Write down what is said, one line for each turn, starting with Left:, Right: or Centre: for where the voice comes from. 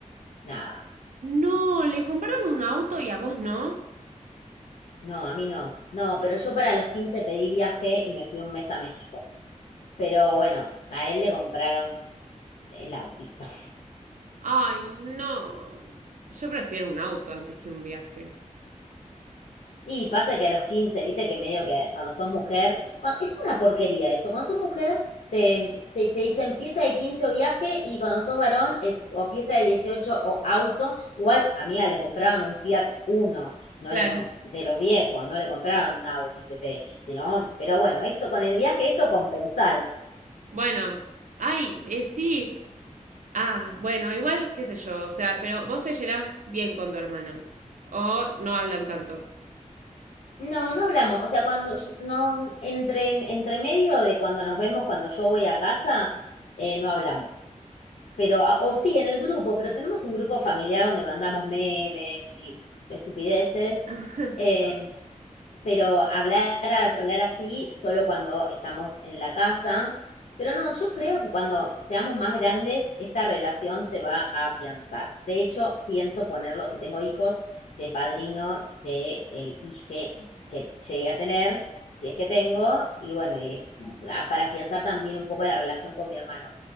Left: nada,
Right: No, le compraron un auto y a vos no.
Left: no, a mí no, no, pero yo para los 15 pedí viaje y me fui un mes a México. Pero bueno, a él le compraron el autito.
Right: Ay, no. Yo prefiero un auto antes que un viaje.
Left: Y pasa que a los 15 viste que medio que cuando sos mujer, cua- es una porquería eso, cuando sos mujer te, te, te dicen fiesta de 15 o viaje y cuando sos varón es o fiesta de 18 o auto. Igual, amiga, le compraron un Fiat Uno, no
Right: Claro.
Left: le com- de los viejos, no le compraron un Audi TT, sino, pero bueno, esto con el viaje, esto compensaron,
Right: Bueno, ay, eh, sí. Ah, bueno, igual, qué sé yo, o sea, pero vos te llevas bien con tu hermano. O no hablan tanto.
Left: No, no hablamos. O sea, cuando yo- no, entre, entre medio de cuando nos vemos, cuando yo voy a casa, eh, no hablamos. Pero, a- o sí, en el grupo, pero tenemos un grupo familiar donde mandamos memes y estupideces.
Right: <laughs>
Left: Eh, pero hablar, hablar así solo cuando estamos en la casa. Pero no, yo creo que cuando seamos más grandes, esta relación se va a afianzar. De hecho, pienso ponerlo, si tengo hijos, de padrino del el hije que llegue a tener, si es que tengo, y bueno, y para afianzar también un poco la relación con mi hermano